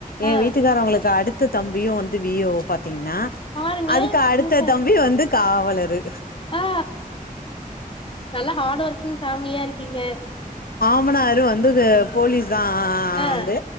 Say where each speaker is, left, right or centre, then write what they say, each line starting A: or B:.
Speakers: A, on the left; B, on the left.
A: எ
B: ஆ
A: வீட்டுக்காரவங்களுக்கு அடு பத்து தம்பியு வந்து வி ஏ ஓ பா த்தீங்னா
B: பாருங்களே
A: அதுக்கு அடுத்த
B: சூப்பர்
A: தம்பி வந்து காவல் லரு
B: ஆ நல்லா ஹார்ட் ஒர்க்கிங் ஃபேம்லியா இருக்கீங்க
A: மனாரு வந்தது போலீஸ் தா
B: ஆ
A: வந்து